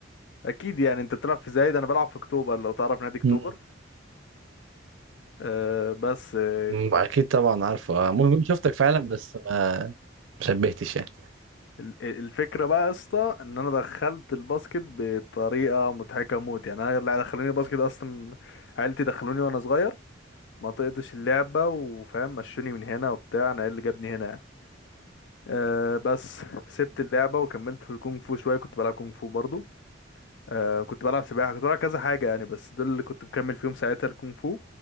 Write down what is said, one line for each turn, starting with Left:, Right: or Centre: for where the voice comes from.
Left: اكيد يعني انت بتلعب في زايد انا بلعب في اكتوبر لو تعرف نادي اكتوبر
Right: مم.
Left: آه بس آه
Right: مم،
Left: كنت
Right: اكيد طبعا عارفه آه، ممكن كنت شفتك فعلا بس ما ما شبهتش يعني
Left: ال- ال- الفكره بقى يا اسطى ان انا دخلت الباسكت بطريقه مضحكه موت يعني انا اللي دخلوني الباسكت اصلا عيلتي دخلوني وانا صغير ما طقتش اللعبه وفاهم مشوني من هنا وبتاع انا إيه اللي جابني هنا يعني. أه بس سبت اللعبة وكملت في الكونغ فو شوية كنت بلعب كونغ فو برضو أه كنت بلعب سباحة كنت بلعب كذا حاجة يعني بس دول اللي كنت مكمل فيهم ساعتها الكونغ فو